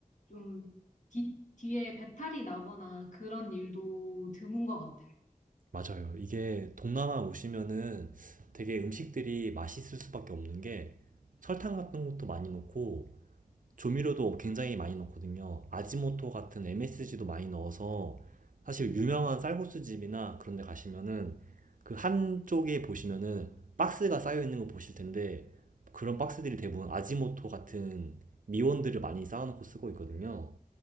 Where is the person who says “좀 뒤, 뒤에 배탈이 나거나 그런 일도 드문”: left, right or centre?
Left